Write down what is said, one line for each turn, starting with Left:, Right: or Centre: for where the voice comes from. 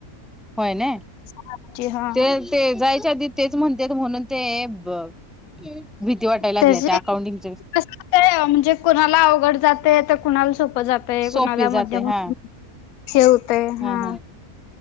Centre: होय नं,
Left: सहाची हा.
Centre: ते ते जायच्या आधी तेच म्हणत्यात म्हणून ते भीती वाटायला लागल्या
Left: त्याची
Centre: त्या अकाउंटिंगचे
Left: कस म्हणजे कुणाला अवघड जाते तर कुणाला सोपं जात
Centre: सोपे
Left: कणाला
Centre: जाते
Left: मध्यम
Centre: हा
Left: हे होतय
Centre: ह
Left: हा
Centre: ह